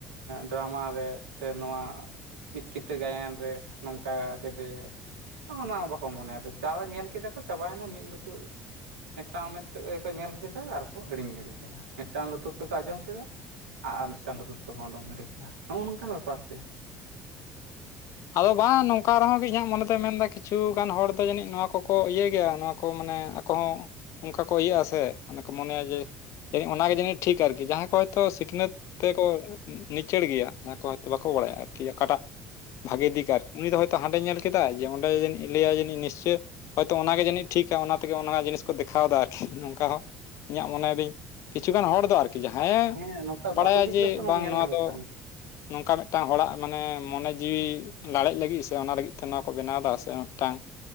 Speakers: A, on the right (about 85°); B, on the left (about 60°).
A: ᱰᱟᱨᱟᱢᱟ ᱨᱮ ᱥᱮ ᱱᱚᱣᱟ <unintelligible> ᱛᱮ ᱜᱟᱭᱟᱱ ᱨᱮ ᱱᱚᱝᱠᱟ ᱠᱮᱫᱮᱭᱟᱭ ᱚᱱᱟ ᱦᱚᱸ ᱵᱟᱠᱚ ᱢᱚᱱᱮ ᱮᱫᱟ ᱪᱟ ᱧᱮᱞ ᱠᱮᱫᱟ ᱠᱚ ᱪᱟᱵᱟᱭᱮᱱᱟ ᱢᱤᱫ ᱞᱩᱛᱩ ᱢᱤᱫᱴᱟᱝ ᱢᱮᱫ ᱛᱮ ᱠᱚ ᱧᱮᱞ ᱠᱮᱫᱟ ᱟᱨ ᱠᱚ ᱦᱤᱲᱤᱧ ᱜᱤᱰᱤ ᱠᱮᱫᱟ ᱢᱤᱫᱴᱟᱝ ᱞᱩᱛᱩᱨ ᱛᱮᱠᱚ ᱟᱸᱡᱚᱢ ᱠᱮᱫᱟ ᱟᱨ ᱢᱤᱫᱴᱟᱝ ᱞᱩᱛᱩᱨ ᱛᱮᱵᱚᱱ ᱩᱰᱩᱝ ᱜᱤᱰᱤ ᱠᱟᱜᱼᱟ ᱱᱚᱜᱼᱚᱭ ᱱᱚᱝᱠᱟᱱ ᱵᱮᱯᱟᱨ ᱥᱮ
B: ᱟᱫᱚ ᱵᱟᱝ ᱱᱚᱝᱠᱟ ᱟᱨᱦᱚᱸ ᱤᱧᱟᱹᱜ ᱢᱚᱱᱮ ᱫᱚᱭ ᱢᱮᱱ ᱫᱟ ᱠᱤ ᱠᱤᱪᱷᱩ ᱜᱟᱱ ᱦᱚᱲ ᱫᱚ ᱡᱟᱹᱱᱤᱡ ᱱᱚᱣᱟ ᱠᱚᱠᱚ ᱤᱭᱟᱹᱭ ᱜᱮᱭᱟ ᱱᱚᱣᱟ ᱠᱚ ᱢᱟᱱᱮ ᱟᱠᱚ ᱦᱚᱸ ᱚᱱᱠᱟ ᱠᱚ ᱤᱭᱟᱹᱜ ᱟᱥᱮ ᱚᱱᱮ ᱠᱚ ᱢᱚᱱᱮᱭᱟ ᱡᱮ ᱡᱟᱹᱱᱤᱡ ᱚᱱᱟᱜᱮ ᱡᱟᱹᱱᱤᱡ ᱴᱷᱤᱠ ᱟᱨᱠᱤ ᱡᱟᱦᱟᱸᱭ ᱠᱚ ᱦᱚᱭᱛᱚ ᱥᱤᱠᱷᱱᱟᱹᱛ ᱛᱮᱠᱚ ᱱᱤᱪᱟᱹᱲ ᱜᱮᱭᱟ ᱡᱟᱦᱟᱸᱭ ᱠᱚ ᱦᱚᱭᱛᱳ ᱵᱟᱠᱚ ᱵᱟᱲᱟᱭᱟ ᱟᱨᱠᱤ ᱟᱠᱟᱴᱟᱜ ᱵᱷᱟᱜᱮ ᱫᱤᱠ ᱟᱨ ᱩᱱᱤ ᱫᱚ ᱦᱚᱭᱛᱳ ᱦᱟᱸᱰᱮ ᱧᱮᱞ ᱠᱮᱫᱟᱭ ᱡᱮ ᱚᱸᱰᱮ ᱡᱟᱹᱱᱤᱡ ᱞᱟᱹᱭᱟ ᱡᱟᱹᱱᱤᱡ ᱱᱤᱥᱪᱚᱭ ᱦᱳᱭᱛᱳ ᱚᱱᱟᱜᱮ ᱡᱟᱹᱱᱤᱡ ᱴᱷᱤᱠᱟ ᱚᱱᱟ ᱛᱮᱜᱮ ᱚᱱᱟ ᱡᱤᱱᱤᱥ ᱠᱚ ᱫᱮᱠᱷᱟᱣᱮᱫᱟ <unintelligible> ᱱᱚᱝᱠᱟ ᱦᱚᱸ ᱤᱧᱟᱹᱜ ᱢᱚᱱᱮᱭᱮᱫᱤᱧ ᱠᱤᱪᱷᱩ ᱜᱟᱱ ᱦᱚᱲ ᱫᱚ ᱟᱨᱠᱤ ᱡᱟᱦᱟᱸᱭᱮ
A: ᱦᱮᱸ ᱱᱚᱝᱠᱟ
B: ᱵᱟᱲᱟᱭᱟ
A: ᱵᱟᱥᱚᱵᱤᱠ
B: ᱡᱮ
A: ᱨᱮᱦᱚ
B: ᱵᱟᱝ
A: ᱧᱮᱞ
B: ᱱᱚᱣᱟ
A: ᱧᱟᱢᱚᱜ
B: ᱫᱚ
A: ᱠᱟᱱᱟ
B: ᱱᱚᱝᱠᱟ ᱢᱤᱫᱴᱟᱝ ᱦᱚᱲᱟᱜ ᱢᱟᱱᱮ ᱢᱚᱱᱮ ᱡᱤᱣᱤ ᱞᱟᱲᱮᱡ ᱞᱟᱹᱜᱤᱫ ᱥᱮ ᱚᱱᱟ ᱞᱟᱹᱜᱤᱫ ᱛᱮ ᱱᱚᱣᱟ ᱠᱚ ᱵᱮᱱᱟᱣ ᱮᱫᱟ ᱥᱮ ᱢᱤᱫᱴᱟᱝ